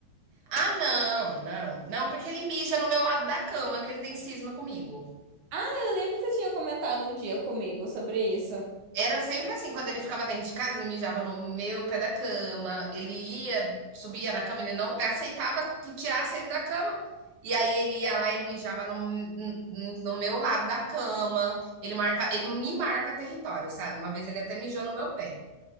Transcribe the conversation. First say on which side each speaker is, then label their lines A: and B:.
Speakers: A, on the right; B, on the right.
A: Ah, não, não, não, porque ele mija no meu lado da cama, que ele tem cisma comigo.
B: Eu lembro que você tinha comentado um dia comigo sobre isso.
A: Era sempre assim, quando ele ficava dentro de casa, ele mijava no meu pé da cama, ele ia, subia na cama, ele não aceitava que tirasse ele da cama. E aí ele ia lá, ele mijava no, no, no meu lado da cama, ele marca, ele me marca território, sabe? Uma vez ele até mijou no meu pé.